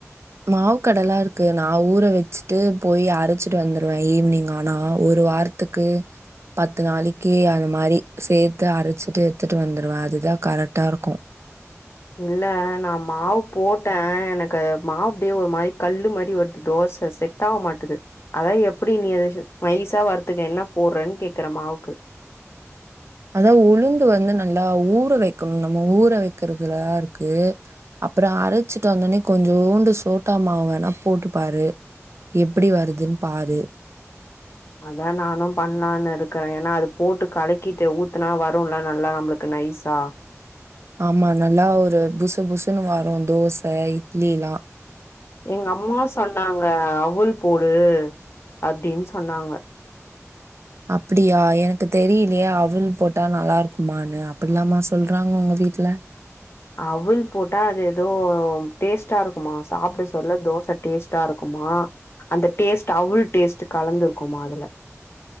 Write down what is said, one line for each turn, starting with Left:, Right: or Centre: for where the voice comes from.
Right: மாவுக்கடலா இருக்கு நா ஊர வச்சுட்டு போய் அரச்சிட்டு வந்துருவே ஈவினிங் ஆனா ஒரு வாரத் துக்கு பத்து நாளைக்கி அந்த மாரி சேத்து அரச்சிட்டு எடுத்துட்டு வந்துருவே அதுதா கரெக்டா இருக்கு
Left: <inaudible> இல்ல நான் மாவு போட்டே எனக்கு மாவு அப்டியே ஒரு மாரி கல்லு மாதிரி வரு தோச செட்ட ஆக மாட்டுது அதா எப்டி நீ ஏதாச்சு மயசா வரத்துக்க என்ன போடறன்னு கேக்குற மாவுக்கு
Right: அதா உளுந்து வந்து நல்லா ஊற வெக்கணு நம்ம ஊற வைக்கிறதுலதா இருக்கு அப்புற அரைச்சிட்டு வந்தடனே கொஞ்சோண்டு சோட்டா மாவு வேணா போட்டுப்பாரு எப்டி வருதுன்னு பாரு
Left: அதா நானு பண்ணலான்னு இருக்கிறே ஏன்னா அது போட்டு கலக்கிட்டு ஊத்துனா வர ரவ்ண்டா நல்லா நம்மளுக்கு நைஸா
Right: ஆமா நல்லா ஒரு புசு புசுன்னு வரு தோச இட்லி எல்லா
Left: எங்க அம்மா சொன்னாங்க அவ்ல் போடு அப்டின்னு சொன்னாங்க
Right: அப்டியா எனக்கு தெரியலையே அவல் போட்டா நல்லா இருக்குமான்னு அப்டிலாமா சொல்றாங்க உங்க வீட்டுல
Left: அவுல் போட்டா அது ஏதோ டேஸ்ட்டா இருக்குமா சாப்பிட சொல்ல தோச டேஸ்ட் ட்டா இருக்குமா அந்த டேஸ்ட் அவ்ல் டேஸ்ட் கலந்துருக்குமா அதுல